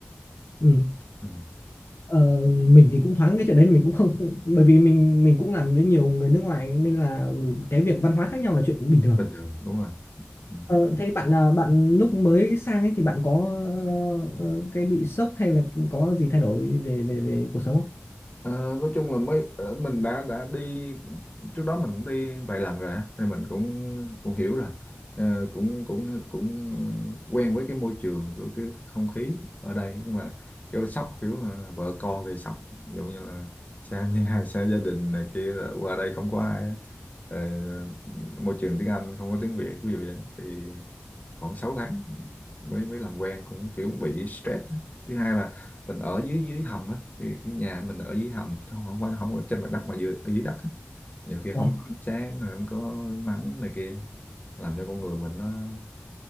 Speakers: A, on the left; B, on the left.
A: ừ.
B: ừ.
A: ờ, mình thì cũng thoáng cái chuyện đấy mình cũng không bởi vì mình mình cũng làm với nhiều người nước ngoài nên là ừ, cái việc văn hóa khác nhau là chuyện bình thường
B: bình thường đúng rồi ừ.
A: ờ, thế bạn ờ, bạn lúc mới sang ấy thì bạn có ờ, cái bị sốc hay là có gì thay đổi về về về cuộc sống không
B: Ờ, nói chung là mới ờ, mình đã đã đi trước đó mình cũng đi vài lần rồi á, thì mình cũng cũng hiểu rồi Ờ, cũng cũng cũng ờ, quen với cái môi trường của cái không khí ở đây nhưng mà kiểu là sốc kiểu là vợ con thì sốc ví dụ như là xa nhà <laughs> xa gia đình này kia là qua đây không có ai á. Rồi, ờ, môi trường tiếng Anh không có tiếng Việt ví dụ vậy thì khoảng 6 tháng mới mới làm quen cũng kiểu bị stress á. thứ hai là mình ở dưới dưới hầm á thì cái nhà mình ở dưới hầm không không phải không ở trên mặt đất mà dưới ở dưới đất á. nhiều khi
A: Ủa,
B: không có ánh sáng rồi không có nắng này kia làm cho con người mình nó